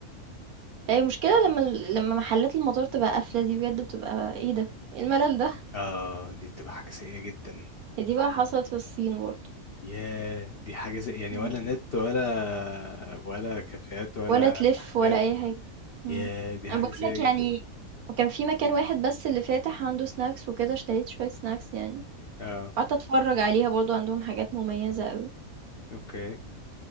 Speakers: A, on the right; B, on the left.
A: لا، هي المشكلة لمّا ال لمّا محلات المطار تبقى قافلة دي بجد بتبقى إيه ده، إيه الملل ده!
B: اه دي بتبقى حاجة سيئة جدا
A: هي دي بقى حصلت في الصين برضه،
B: ياه دي حاجة زي يعني
A: إمم.
B: ولا نت ولا ولا كافيهات ولا
A: ولا تلِف
B: محلات
A: ولا أي حاجة. إمم،
B: ياه دي
A: أنا
B: حاجة
A: باقول
B: سيئة
A: لك
B: جدا
A: يعني وكان في مكان واحد بس اللي فاتح عنده snacks وكده، اشتريت شوية snacks يعني،
B: اه
A: وقعدت أتفرّج عليها برضه عندهم حاجات مميزة أوي.
B: اوكي